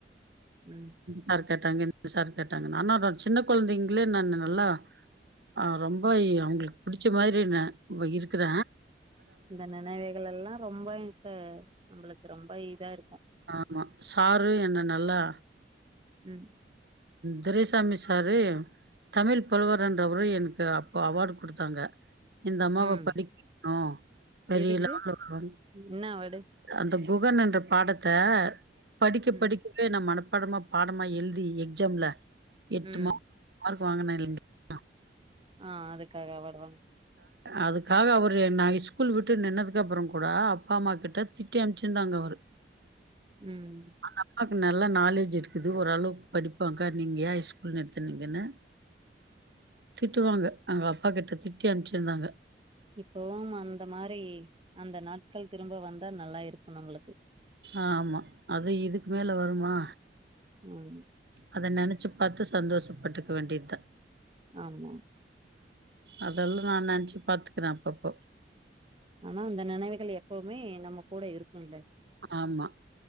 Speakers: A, on the right (about 30°); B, on the right (about 65°).
A: ம்
B: சார் கேட்டாங்க இந்த சார் கேட்டாங்கண்ணு ஆனா சின்ன கொழந்தைங்களே நானு நல்லா ஆ ரொம்ப அவங்களுக்கு இ புடிச்ச மாரி நா இருக்கற
A: இந்த நெனைவைகள் எல்லா ரொம்ப இப்ப நம்மளுக்கு ரொம்ப இதா இருக்கு
B: ஆமா சாரு என்ன நல்லா
A: ம்
B: பெரியசாமி சாரு தமிழ் புலவரன்றவரு எனக்கு அப்போ அவார்டு கொடுத்தாங்க இந்த அம்மாவ
A: ம்
B: படிக்க வைக்னு பெரிய
A: எதுக்கு
B: லெவல்ல வரு
A: என்ன அவார்டு
B: அந்த குகன்னுன்ற பாடத்த படிக்க
A: ம்
B: படிக்கவே நா மனப்பாடமா பாடமா எழுதி எக்ஸாம்ல எட்டு
A: ம்
B: மார்க மார்க் வாங்கின இல்லைங்களா
A: ஆ அதுக்காக வருவாங்
B: அதுக்காக அவரு நா ஷ்ஸ்கூல் விட்டு நின்னதுக்கு அப்புறோ கூட அப்பா அம்மா கிட்ட திட்டி அனுமிச்சுருந்தாங்க அவரு
A: ம்
B: அந்த அப்பாவுக்கு நல்லா நாலேஜ் இருக் இது ஓரளவு படிப்பாங்கா நீங்க ஏன் ஷ்ஸ்கூல் நிறுத்துனிங்கன்னு திட்டுவாங்க அங்க அப்பா கிட்ட திட்டி அனுப்பச்சுறுந்தாங்க
A: இப்பவும் அந்த மாரி அந்த நாட்கள் திரும்ப வந்தா நல்லா இருக்கும் நம்மளுக்கு
B: ஆமா அது இதுக்கு மேல வருமா
A: ம்
B: அத நெனைச்சு பாத்து சந்தோஷப்பட்டுக்க வேண்டியதா
A: ஆமா
B: அதெல்லா நா நெனச்சி பாத்துக்குறே அப்பப்போ
A: ஆனா அந்த நெனைவுகள் எப்பவுமே நம்ம கூட இருக்கும்ல
B: ஆமா